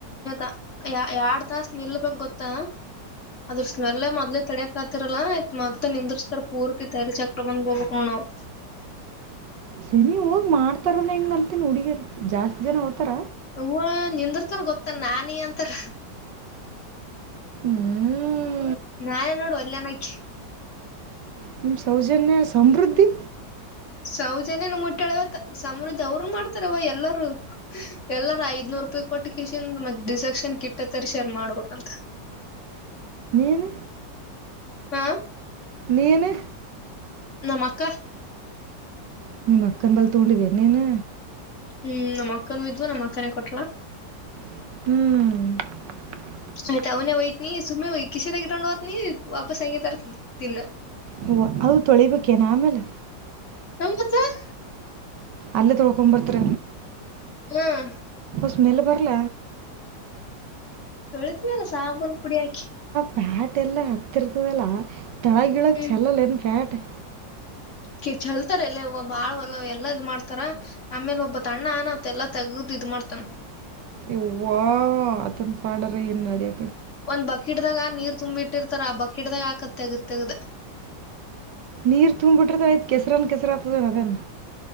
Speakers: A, on the left (about 40°); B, on the right (about 70°).
A: ಆ್ ಯ ಎರಡ್ ತಾಸ ನಿಲ್ಬೇಕ್ ಗೊತ್ತಾ ಅದ್ರ ಸ್ಮೆಲ್ಲ ಮದ್ಲೇ ತಡಿಯಕ್ ಆತಿರಲ್ಲಾ ಆಯ್ತ್ ಮತ್ತೆ ನಿಂದರ್ಸ್ತಾರ ಪೂರ್ತಿ ತೆಲಿ ಚಕ್ರ ಬಂದ್ಬೋಗಬೇಕ ನಾವ್ <inaudible>
B: ಸರಿ ಹೋಗ್ ಮಾಡ್ತಾರ ಹೆಂಗ ಅಂತೀನಿ ಹುಡ್ಗೆರ್ ಜಾಸ್ತಿ ಜನ ಹೋಗ್ತಾರ
A: ಅವ್ವಾ ನಿಂದ್ರತಾರ್ ಗೊತ್ತನ್ ನಾನಿ ಅಂತಾರ
B: ಹ್ಮ್
A: ನಾನೆ ನೋಡುವಲ್ಲನಕಿ
B: ನಿಮ್ ಸೌಜನ್ಯ ಸಮೃದ್ಧಿ
A: ಸೌಜನ್ಯನ್ ಮುಟ್ಟಲಿಗತ್ ಸಮೃದ್ಧಿ ಅವರು ಮಾಡ್ತಾರವ ಎಲ್ಲಾರೂ ಎಲ್ಲಾರ ಐದ್ನೂರು ರೂಪಾಯಿ ಕೊಟ್ಟಕ್ಕೆನ್ ಮ ಡಿಸಾಕ್ಷನ್ ಕಿಟ್ಟತ್ತರಿ ಶರ್ ಮಾಡ್ಬೇಕಂತ
B: ನೀನು
A: ಹಾ
B: ನೀನು
A: ನಮ್ಮಕ್ಕ
B: ನಿಮ್ಮ ಅಕ್ಕನ್ ಬಲ್ ತಗೊಂಡಿದ್ಯಾ ನೀನು
A: ಹ್ಮ್ ನಮ್ಮ್ ಅಕ್ಕನ ಇದ್ವು ನಮ್ಮ್ ಅಕ್ಕನೇ ಕೊಟ್ರ
B: ಹ್ಮ್
A: ಆಯ್ತ ಅವನೇ ವೈ ನೀ ಸುಮ್ನೆ ವೈಕಿಸಿದಾಗ್ ಇಟ್ಕೊಂಡ ಹೋತ್ನಿ ವಾಪಸ್ <unintelligible>
B: ಹಓ ಅವ ತೊಳಿಬೇಕೇನ ಆಮೇಲೆ
A: ಹತ್ತ <unintelligible>
B: ಅಲ್ಲೇ ತೊಳಕೊಂಬರ್ತ್ರ
A: ಹ್ಮ್
B: ಸ್ಮೆಲ್ ಬರಲ
A: ತೊಳಿತವಿ ಅಲ್ಲ ಸಾಬೂನ್ ಪುಡಿ ಹಾಕಿ
B: ಪ್ಯಾಟ್ ಎಲ್ಲಾ ಹತ್ತಿರ್ತದಲ್ಲ ತಳ ಗಿಳಕ್
A: ಹ್ಮ್.
B: ಚೆಲ್ ಏನ್ ಫ್ಯಾಟ್ ಹೊಟ್ಟೆ
A: ಕಿ ಚಲ್ತಾರ ಎಲ್ಲೇ ಒಬ ಬಾಳ ಹೊಲ್ಲ ಎಲ್ಲಾ ಇದ್ ಮಾಡ್ತಾರ ಆಮೇಲೆ ಒಬ್ಬ ತಣ್ಣ ಅನತ್ ಎಲ್ಲಾ ತೆಗದ್ ಇದ್ ಮಾಡ್ತಾನ
B: ಯವ್ವ ಅತನ್ ಪಾಡರ ಎನ್ನಡಿಯ
A: ಒಂದ್ ಬಕೆಟ್ ದಾಗ ನೀರ್ ತುಂಬಿಟ್ಟ ಬಿಟ್ಟಿರ್ತಾರ ಹ ಬ್ಬಕಿಡ್ದಾಗ ಹಾಕತ್ ತೆಗದ ತೆಗ್ದ
B: ನೀರ್ ತುಂಬಿಟ್ರದ ಕೆಸರನ್ ಕೆಸರಾತದೆ ನದನ್